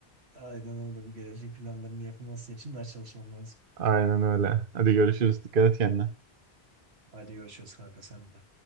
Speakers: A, on the right (about 85°); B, on the right (about 60°).
A: Aynen öyle. Bu gelecek planlarının yapılması için ders çalışmam lazım.
B: Aynen öyle. Hadi görüşürüz. Dikkat et kendine.
A: Hadi görüşürüz kanka sen de.